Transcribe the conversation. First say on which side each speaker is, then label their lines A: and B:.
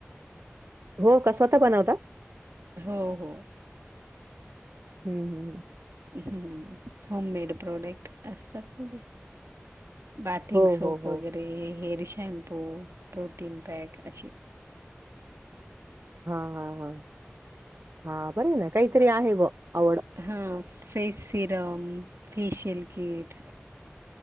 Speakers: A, on the right; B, on the right.
A: हो का स्वतः बनवता.
B: हो हो
A: हम् हम्
B: हम्म होम मेड प्रोडक्ट असतात ना ते. बाथिंग
A: हो,
B: सोप
A: हो, हो.
B: वगैरे. ते हेअर शांपू पोर्टिन बाग अशे.
A: हा हा हा हा बरं ये ना काहीतरी आहे ब आवड.
B: हा फेस सिरम, फेशियल किट.